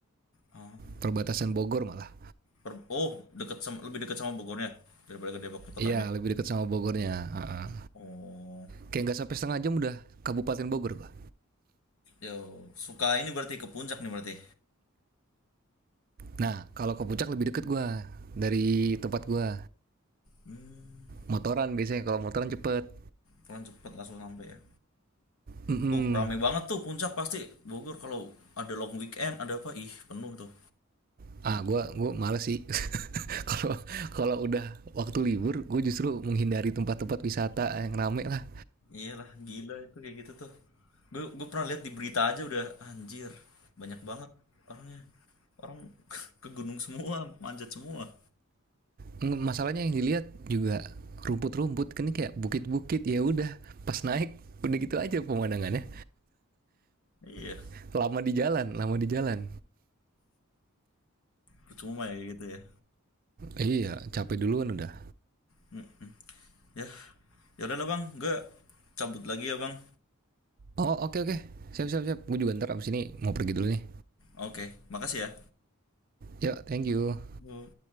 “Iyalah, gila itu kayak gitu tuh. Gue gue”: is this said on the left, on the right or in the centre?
Left